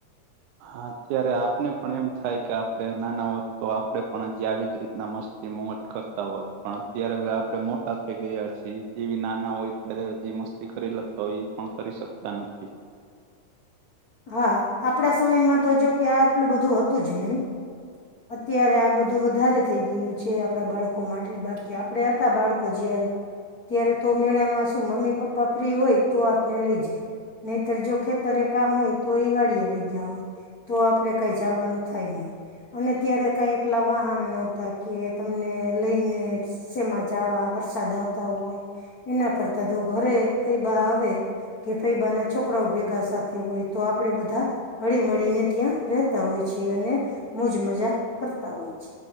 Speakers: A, on the right; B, on the left.
A: હા ત્યારે આપને પણ એમ થાય કે આપણે નાના હોત તો આપડે પણ હજી આવી જ રીતના મસ્ત મોજ કરતા હોત પણ અત્યારે હવે આપડે મોટા થઈ ગયા છીએ એવી નાના હોય ત્યારે હજી મસ્તી કરી લખતા હોય એ પણ કરી શકતા નથી
B: હા આપડા સમયમાં તો જો કે આ આટલું બધું હતું જ નહી અત્યારે આ બધું વધારે થઈ ગયું છે આપણા બાળકો માટે બાકી આપડ બાળકો જયારે ત્યારે તો મેળામાં શું મમ્મી પપ્પા ફ્રી હોય તો આપને લઈ જાય નહીતર જો ખેતરે કામ હોય તો એ વાળીયા આવી ગયા હોય તો આપડે કઈ જવાનું થાય નહી અને ત્યારે કઈ એટલા વાહન નહોતા કે તમને લઈને શેમાં જાવ વરસાદ આવતા હોય એના કરતા તો ઘરે ફૈબા આવે કે ફૈબા ના છોકરાઓ ભેગા સાથે હોય તો આપણેે બધા હળી મળીને ત્યાં રતા હોય છે અને મોજ મજા કરતા હોય છે.